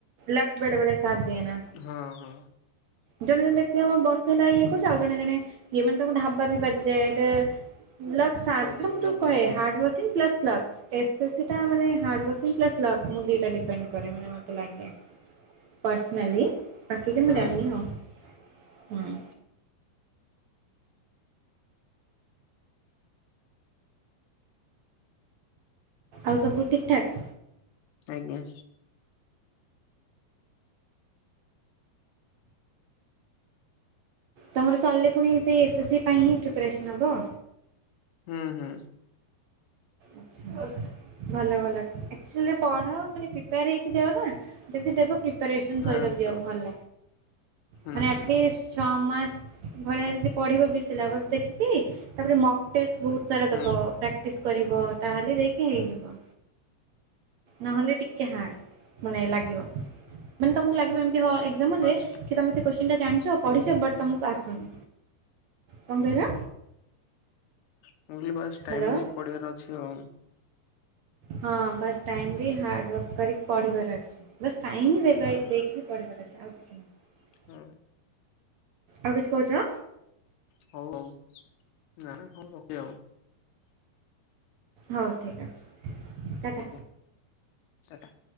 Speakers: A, on the right; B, on the left.
A: ଲକ୍ ବେଳେ ବେଳେ ସାଥ ଦିଏନା।
B: ହଁ ହଁ
A: ଜଣେ ଜଣେ ଦେଖିଥିବ ବର୍ଷେ ହେଲା ଇଏ କରିଚି ଆଉ ଜଣେ ଜଣେ ଇଏ ମାନେ ତାଙ୍କୁ ଢାବା ବି ବାଜିଯାଏ ଆଇଦର ଲକ୍ ସାଥ
B: ବାଜି
A: ଏଟା ମୁଁ
B: ହେଇଯାଇଥିବ
A: ତୁମକୁ କହେ hardworking plus luck. S S C ଟା ମାନେ ହାର୍ଡୱାର୍କିଂ ପ୍ଲସ ଲକ୍ ମୁଁ ଦିଇଟା ଡିପେଣ୍ଡ କରେ ମାନେ ମତେ ଲାଗେ। ପର୍ସନାଲି ବାକି ଯେ ମୁଁ
B: ହୁଁ
A: ଜାଣନି ଆଉ ହୁଁ। ଆଉ ସବୁ ଠିକ୍ ଠାକ୍?
B: ଆଜ୍ଞା।
A: ତମର ସରିଲେ ପୁଣି ସେଇ ଏସ୍ ଏସ୍ ସି ପାଇଁ ହିଁ ପ୍ରିପାରେସନ ହବ?
B: ହୁଁ ହୁଁ।
A: ଆଛା ଭଲ ଭଲ ଆକଚୋଲିରେ ପଢ ମାନେ ପ୍ରିପେୟାର ହେଇକି ଯାଅ ନା ଯଦି ଦେବ ପ୍ରିପାରେସନ୍ ସହିତ
B: ଆରାମସେ
A: ଦିଅ
B: ହବ
A: ଭଲ
B: ହୁଁ
A: ମାନେ
B: ହୁଁ
A: ଆଟଲିଷ୍ଟ ଛଅମାସ ଭଳିଆ ଯଦି ପଢ଼ିବ ବି ସିଲାବସ୍ ଦେଖିକି ତାପରେ ମ ଟେଷ୍ଟ ବୋହୁତ ସାରା ଦବ
B: ହୁଁ
A: ପ୍ରାକ୍ଟିସ କରିବ ତାହେଲେ ଯାଇକି ହେଇଯିବ। ନହେଲେ ଟିକେ ହାଡ ମାନେ ଲାଗିବ ମାନେ ତମକୁ ଲାଗିବ ଏମିତି ହଁ ଏ ଜାମ ହଲରେ
B: ବାସ୍
A: ତମେ ସେ କୋସଚିନଟା ଜାଣିଚ ପଢିଚ
B: ଆଜ୍ଞା
A: ବଟ ତମକୁ ଆସୁନି କଣ କହିଲ?
B: ମୁଁ କହିଲି ବାସ୍ ଟାଇମ
A: ହ୍ୟାଲୋ
B: ଦେଇ ପଢ଼ିବାର ଅଛି ଆଉ।
A: ହଁ ବାସ୍ ଟାଇମ୍ ଦେଇ ହାର୍ଡ ୱାର୍କ କରିକି ପଢିବାର ଅଛି ବାସ ଟାଇମ ହିଁ ଦେବା
B: ହୁଁ
A: ଦେଇକି କି ପଢିବାର ଅଛି ଆଉ କିଛି ନାହିଁ।
B: ହଁ।
A: ଆଉ କିଛି କୋହୁଚ।
B: ହୋଉ ହୋଉ ନା ନା ହୋଉ ରଖିବା ଆଉ।
A: ହୋଉ ଠିକ୍ ଅଛି। ଟାଟା
B: ଆଜ୍ଞା ଟାଟା।